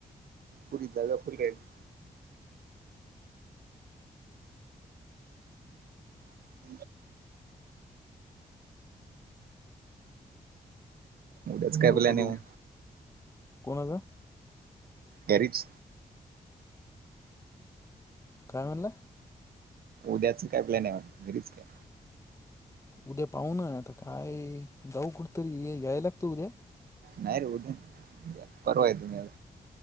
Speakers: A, on the right; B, on the left.
A: फुले दारात फुललेत. <inaudible> उद्याच काय
B: हॅलो
A: प्लॅन
B: हॅलो
A: आय म?
B: कोणाचा
A: घरीच.
B: काय म्हणला?
A: उद्याच काय प्लॅन आहे म घरीच काय?
B: उद्या पाहुं ना आता काय जाऊ कुठ तरी यायला लागत उद्या?
A: नाही रे उद्या परवा येतो मी